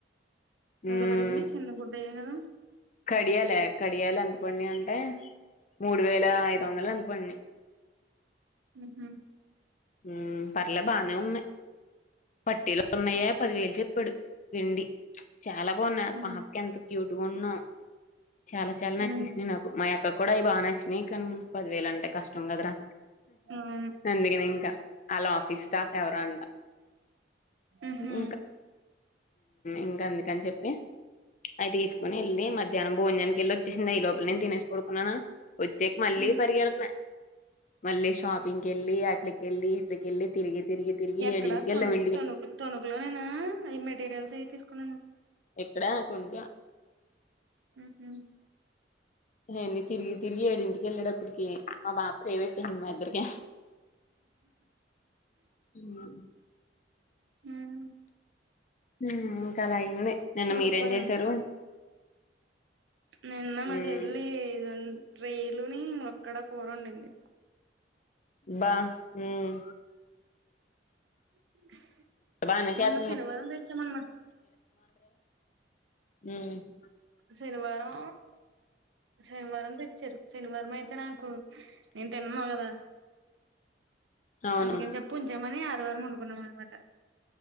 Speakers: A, on the left (about 40°); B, on the right (about 80°).
A: ఉమ్
B: ఎంత పడింది చిన్న గుడ్డయే గదా
A: కడియాలే కడియాల్ ఎంత పండినయి అంటే మూడు వేల ఐదు వందలో ఎంతో పడినయి.
B: మ్ హ్
A: ఉమ్ పర్లే బానే ఉన్నయ్ పట్టీల్ ఉన్నయే పదివేల్ చెప్పాడు వెండి చాలా బాగున్నయి
B: ఉమ్
A: పాపకి ఎంత క్యూట్ గున్నో చాలా చాలా నచ్చేసినయి
B: ఉమ్
A: నాక్ మా యక్క కూడా అయి బా నచ్చినయి కన్ పదివేలంటే కష్టం కదరా
B: అవును
A: అందుకనే ఇంకా ఆళ్ళ ఆఫీస్ స్టాఫ్ ఎవరో అంట.
B: ఉహు
A: ఉమ్ ఇంకా అందుకన్ చెప్పి అయి తీస్కొన్ ఎళ్ళి మధ్యాహ్న భోజానికి ఎళ్లోచ్చేసిందా ఈ లోపల నేన్ తినే పడుకున్నానా వచ్చాక్ మళ్ళీ
B: ఉమ్
A: పరిగెడుతున్న మళ్ళీ షాపింగ్కెళ్ళి అట్లే కెళ్ళి ఇట్ల కెళ్లి తిరిగి తిరిగి తిరిగి
B: ఎక్కడ
A: ఏడింటికి వెళ్ళాం
B: తొనుక్
A: ఇంటికి
B: తొణుకు తొణుకులోనేనా అయి మెటీరియల్స్ అయి తీసుకున్నాను.
A: ఎక్కడా తొనుక
B: మ్ హ్
A: అయన్ని తిరిగి తిరిగి ఏడింటికి ఎళ్ళేటప్పకీ మా బాప ప్రైవేట్ అయింది మా ఇద్దర్కీ మ్
B: ఉమ్
A: హ్ ఇంకా అలా అయింది నిన్న
B: సరిపోయింది
A: మీరేం చేసారు?
B: నిన్న
A: హ్మ్
B: మా చెల్లీ దాన్ రేలుని ములక్కాడ కూరండింది.
A: బ హ్మ్
B: <inaudible>
A: బాగానే
B: మొన్న
A: చేత
B: శనివారం తెచ్చామనమాట
A: <unintelligible>
B: శనివారం శనివారం తెచ్చారు శనివారం అయితే నాకు నేను తినను కదా
A: అవునవును
B: అందుకని చెప్పు ఉంచామని ఆదివారం వండుకున్నాం అనమాట